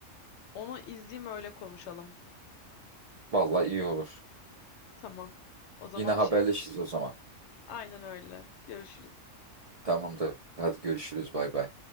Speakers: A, on the left; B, on the right.
A: Onu izleyeyim öyle konuşalım.
B: Vallahi iyi olur.
A: Tamam. O zaman
B: Yine haberleşiriz
A: şimdi
B: o zaman.
A: aynen öyle. Görüşürüz.
B: Tamamdır. Hadi görüşürüz. Bay bay.